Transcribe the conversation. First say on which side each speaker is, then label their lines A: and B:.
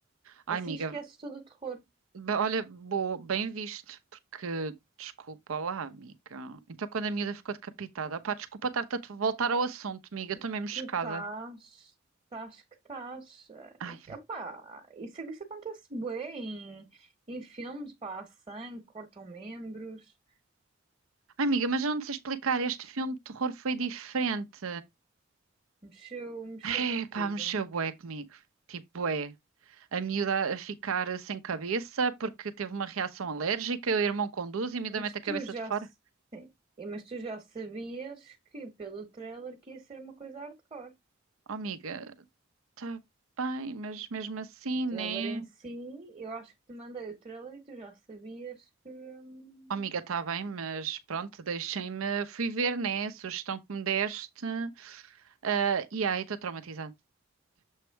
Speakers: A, on the right; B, on the right.
A: Ai,
B: Assim
A: amiga.
B: esqueces todo o terror.
A: be- Olha, boa, bem visto, porque. Desculpa lá, amiga. Então, quando a miúda ficou decapitada, pá, desculpa estar-te a te voltar ao assunto, amiga.
B: Tu,
A: Estou mesmo chocada.
B: tu estás, estás que estás. eh,
A: Ai,
B: Opá, isso, isso acontece bem em, em filmes, pá, há sangue, cortam membros,
A: ai, amiga, mas eu não te sei explicar. Este filme de terror foi diferente.
B: mexeu, mexeu
A: Ai,
B: contigo.
A: pá, mexeu bué comigo. Tipo, bué. a miúda a ficar sem cabeça porque teve uma reação alérgica, o irmão conduz e a miúda
B: Mas
A: mete
B: tu
A: a cabeça
B: já,
A: de fora.
B: s- sim, e- mas tu já sabias que pelo trailer que ia ser uma coisa hardcore.
A: Oh, amiga, tá bem, mas mesmo assim,
B: O trailer
A: né?
B: em si, eu acho que te mandei o trailer e tu já sabias que. hum,
A: Oh, amiga, tá bem, mas pronto, deixem-me, fui ver, né? a Sugestão que me deste. ah, e aí, estou traumatizada.